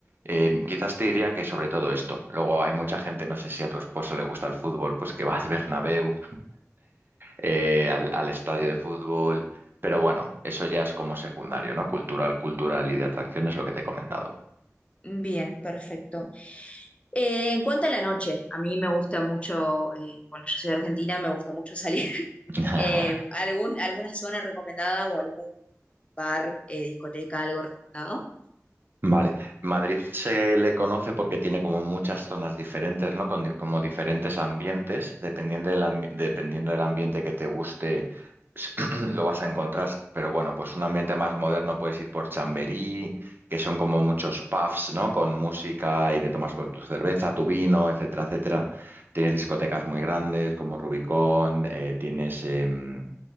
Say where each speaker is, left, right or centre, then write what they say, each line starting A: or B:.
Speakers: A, on the right; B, on the left.
A: Eh, quizás te diría que sobre todo esto. Luego hay mucha gente, no sé si a tu esposo le gusta el fútbol, pues que va al <laughs> Bernabéu, eh, al, al estadio de fútbol. Pero bueno, eso ya es como secundario, ¿no? Cultural, cultural y de atracciones, lo que te he comentado.
B: Bien, perfecto. Eh, en cuanto a la noche, a mí me gusta mucho, eh, bueno, yo soy de Argentina, me gusta mucho salir. <laughs>
A: <laughs>
B: Eh, ¿algún, alguna zona recomendada o algún bar, eh, discoteca, algo recomendado?
A: Vale, Madrid se le conoce porque tiene como muchas zonas diferentes, ¿no? Con di- como diferentes ambientes, dependiendo del ambi- dependiendo del ambiente que te guste, s- <clears throat> lo vas a encontrar. Pero bueno, pues un ambiente más moderno puedes ir por Chamberí, que son como muchos pubs, ¿no? Con música y te tomas por tu cerveza, tu vino, etcétera, etcétera. Tienes discotecas muy grandes como Rubicón, eh, tienes em,